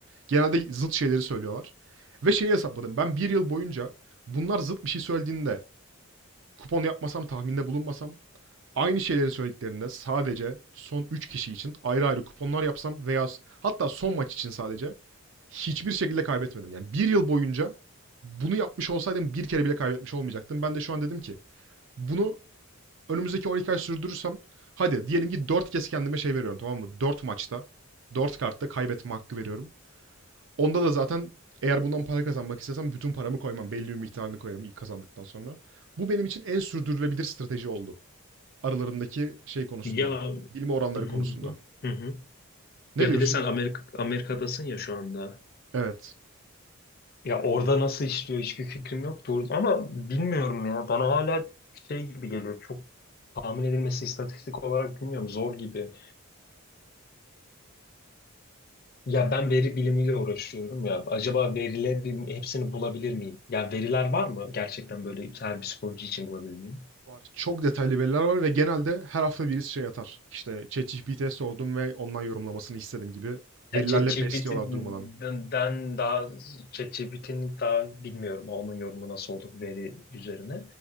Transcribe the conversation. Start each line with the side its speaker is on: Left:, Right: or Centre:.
Right: Genelde zıt şeyleri söylüyorlar. Ve şeyi hesapladım. Ben bir yıl boyunca bunlar zıt bir şey söylediğinde kupon yapmasam, tahminde bulunmasam, aynı şeyleri söylediklerinde sadece son 3 kişi için ayrı ayrı kuponlar yapsam veya hatta son maç için sadece hiçbir şekilde kaybetmedim. Yani bir yıl boyunca bunu yapmış olsaydım bir kere bile kaybetmiş olmayacaktım. Ben de şu an dedim ki bunu önümüzdeki 12 ay sürdürürsem hadi diyelim ki 4 kez kendime şey veriyorum tamam mı? 4 maçta 4 kartta kaybetme hakkı veriyorum. Onda da zaten eğer bundan para kazanmak istesem bütün paramı koymam. Belli bir miktarını koyarım ilk kazandıktan sonra. Bu benim için en sürdürülebilir strateji oldu. Aralarındaki şey konusunda.
Left: Ya
Right: Bilme oranları
Left: hı hı,
Right: konusunda.
Left: hı hı.
Right: Ne
Left: Ya
Right: diyorsun?
Left: bir de sen Amerika, Amerika'dasın ya şu anda.
Right: Evet.
Left: Ya orada nasıl işliyor hiçbir fikrim yok. Doğru. Ama bilmiyorum ya. Bana hala şey gibi geliyor. Çok tahmin edilmesi istatistik olarak bilmiyorum. Zor gibi. Ya ben veri bilimiyle uğraşıyorum ya. Acaba verilerin hepsini bulabilir miyim? Ya veriler var mı? Gerçekten böyle her bir sporcu için bulabilir miyim?
Right: Var. Çok detaylı veriler var ve genelde her hafta birisi şey atar. İşte ChatGPT'ye sordum ve ondan yorumlamasını istedim gibi. Verilerle
Left: Ya ChatGPT'den
Right: besliyorlar durmadan.
Left: daha ChatGPT'nin daha bilmiyorum onun yorumu nasıl olur veri üzerine.